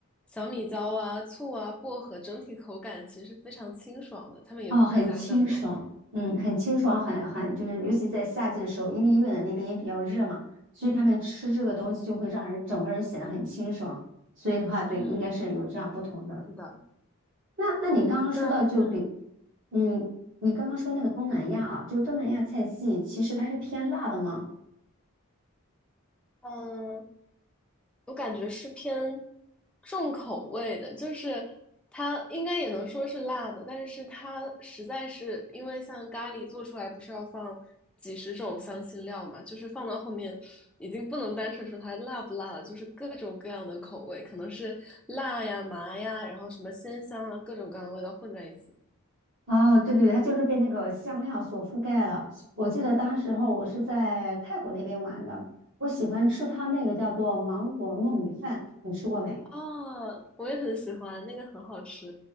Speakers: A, in the centre; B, on the right.
A: 小米椒啊、醋啊、薄荷，整体口感其实是非常清爽的，他们也不会加酱油。
B: 哦，很清爽，嗯，很清爽，很很就是尤其在夏季的时候，因为越南那边也比较热嘛，所以他们吃这个东西就会让人整个人显得很清爽。所以的话，对，
A: 嗯，
B: 应该是有这样不同的。
A: 是的，
B: 那那你刚刚说到就比，
A: 嗯，那嗯。
B: 嗯，你刚刚说那个东南亚啊，就是东南亚菜系，其实它是偏辣的吗？
A: 嗯，我感觉是偏重口味的，就是它应该也能说是辣的，但是它实在是因为像咖喱做出来不是要放几十种香辛料嘛，就是放到后面已经不能单纯说它辣不辣了，就是各种各样的口味，可能是辣呀、麻呀，然后什么鲜香啊，各种各样的味道混在一起。
B: 哦，对对对，它就是被那个香料所覆盖了。我记得当时候我是在泰国那边玩的，
A: 嗯，
B: 我喜欢吃它那个叫做芒果糯米饭，你吃过没？
A: 哦，我也很喜欢，那个很好吃。